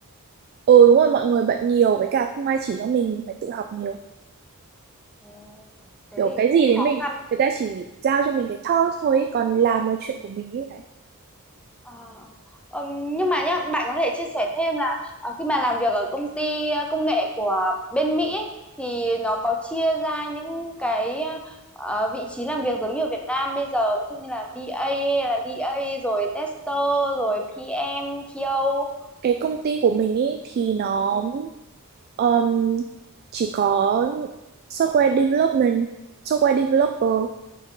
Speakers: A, on the right (about 45°); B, in the centre.
A: Ừ đúng rồi mọi người bận nhiều với cả không ai chỉ cho mình mình phải tự học nhiều
B: Ồ, thế
A: kiểu cái
B: thì cũng
A: gì đến
B: khó
A: mình
B: khăn. đấy.
A: người ta chỉ giao cho mình cái task thôi ý, còn làm là chuyện của mình ấy đấy
B: Ờ, ừm, nhưng mà nhá, bạn có thể chia sẻ thêm là ờ, khi mà làm việc ở công ty ờ, công nghệ của bên Mỹ ấy, thì nó có chia ra những cái ờ, vị trí làm việc giống như ở Việt Nam bây giờ ví dụ như là BA hay là đê A rồi tester rồi PM, TO.
A: cái công ty của mình ấy thì nó
B: Ừ,
A: um, chỉ có software development software developer
B: ừ,